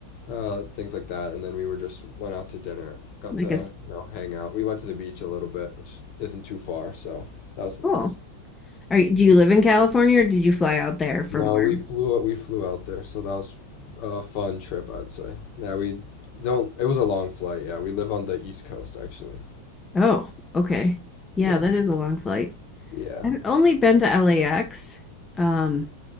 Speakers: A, on the left; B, on the left.
A: uh things like that, and then we were just went out to dinner. Got
B: Like
A: to,
B: a
A: you know, hang out. We went to the beach a little bit, which isn't too far, so that was
B: school?
A: nice.
B: Are you, do you live in California, or did you fly out there from
A: No,
B: where?
A: we flew we flew out there, so that was a fun trip, I'd say. Yeah, we don't it was a long flight. Yeah, we live on the East Coast actually.
B: Oh, okay. Yeah,
A: Yeah.
B: that is a long flight.
A: Yeah.
B: I've only been to LAX. Um,